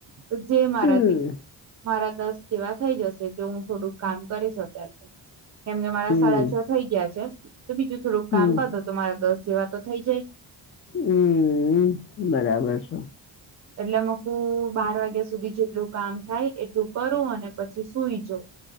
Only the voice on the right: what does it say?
તો જે મારાથી
મારા દસ જેવા થઈ જશે જો હું થોડુંક કામ કરીશ ત્યારે તો. કેમ કે મારા
સાડા છો થઈ ગયા છે તો બીજું થોડુંક
કામ કર દો તો મારા દસ જેવા તો થઈ જાય.
એટલે મકું બાર વાગ્યા સુધી જેટલું કામ થાય એટલું કરું અને પછી સુઈ જાઉં.